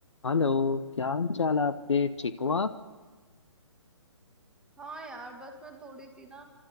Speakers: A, on the left; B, in the centre.
A: हेलो क्या हाल चाल है आपके ठीक हो आप
B: हाँ यार बस मैं थोड़ी सी ना